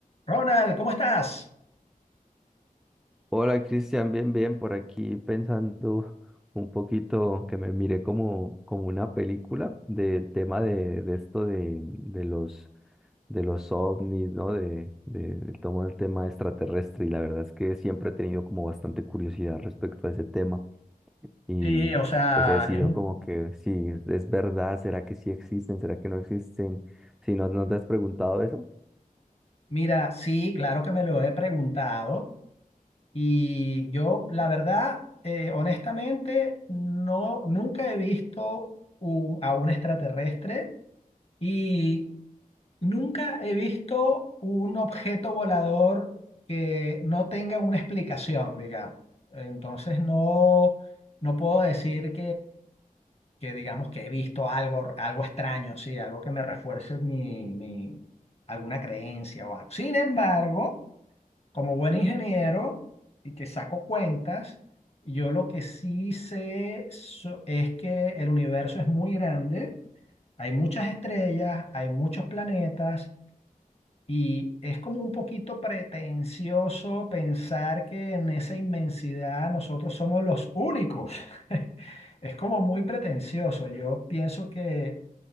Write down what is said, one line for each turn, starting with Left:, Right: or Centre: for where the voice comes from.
Left: Ronald, ¿cómo estás?
Centre: Hola Cristian, bien, bien, por aquí pensando un poquito que me miré como, como una película del tema de, de esto de, de los, de los ovnis, ¿no? De, de, de todo el tema extraterrestre y la verdad es que siempre he tenido como bastante curiosidad respecto a ese tema y
Left: Sí, o sea,
Centre: pues he decidido
Left: es un...
Centre: como que si es verdad, ¿será que sí existen? ¿Será que no existen? Si no, ¿no te has preguntado eso?
Left: Mira, sí, claro que me lo he preguntado y yo, la verdad, eh, honestamente, no, nunca he visto un- a un extraterrestre y nunca he visto un objeto volador que no tenga una explicación, digamos. Entonces, no, no puedo decir que digamos que he visto algo, algo extraño, sí, algo que me refuerce mi, mi, alguna creencia o algo. Sin embargo, como buen ingeniero y que saco cuentas, yo lo que sí sé so- es que el universo es muy grande, hay muchas estrellas, hay muchos planetas y es como un poquito pretencioso pensar que en esa inmensidad nosotros somos los únicos. <laughs> Es como muy pretencioso. Yo pienso que